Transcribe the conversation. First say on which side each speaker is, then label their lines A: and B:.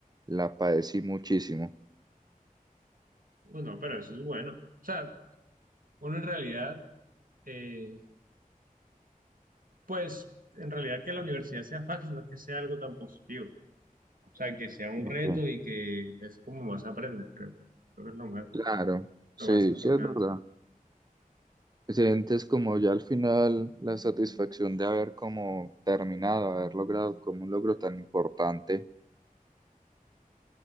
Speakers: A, on the right; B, on the right.
A: la padecí muchísimo.
B: Bueno, pero eso es bueno. O sea, uno en realidad, eh, pues, en realidad que la universidad sea fácil, no es que sea algo tan positivo. O sea, que sea un
A: Ok.
B: reto y que es como más aprendes, creo. Creo que es lo más,
A: Claro, sí,
B: lo más importante.
A: sí es verdad. Sientes como ya al final la satisfacción de haber como terminado, haber logrado como un logro tan importante.